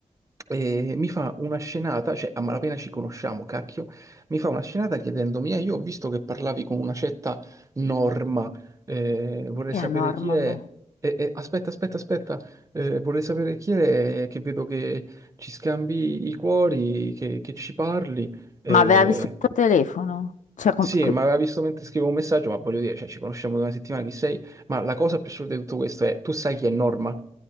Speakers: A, on the right; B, on the left.
A: E mi fa una scenata, cioè a malapena ci conosciamo, cacchio, mi fa una scenata chiedendomi, eh, io ho visto che parlavi con una certa Norma, eh, vorrei
B: Chi
A: sapere
B: è Norma?
A: chi è,
B: mo?
A: Eh, eh, aspetta, aspetta, aspetta, Eh, vorrei sapere chi è, che vedo che ci scambi i cuori, che, che ci parli, Eh,
B: Ma aveva visto il tuo telefono? Cioè,
A: sì,
B: com- co-
A: ma aveva visto mentre scrivevo un messaggio, ma voglio dire, cioè, ci conosciamo da una settimana, chi sei? Ma la cosa più assurda di tutto questo è, tu sai chi è Norma?